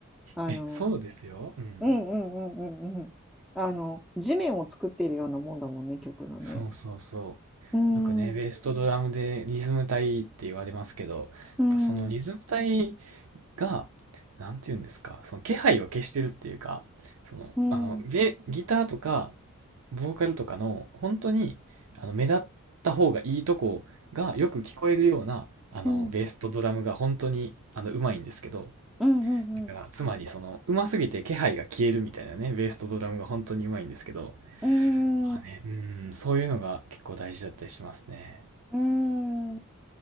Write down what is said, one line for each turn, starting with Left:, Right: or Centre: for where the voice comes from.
Centre: あの、
Right: え、そうですよ。うん。
Centre: うんうんうんうんうん。あの、地面を作っているようなもんだもんね、曲のね。
Right: そうそうそ
Centre: うん、
Right: う。よくね、
Centre: うん、
Right: ベースとドラムでリズム隊って言われますけど、
Centre: うん、
Right: やっぱそのリズム隊が、なんて言うんですか、その気配を消してるっていうか、その、
Centre: うん、
Right: あの、ゲ、ギターとか、ボーカルとかの、本当に、あの、目立った方がいいとこがよく聞こえるような、あの、
Centre: うん、うん、
Right: ベースとドラムが本当に、あの、うまいんですけど、
Centre: うん、
Right: だから、つまり、その、うますぎて気配が消えるみたいなね、ベースとドラムが本当にうまいんですけど、
Centre: うん、
Right: まあね、うん、そういうのが結構大事だったりしますね。
Centre: うん。あ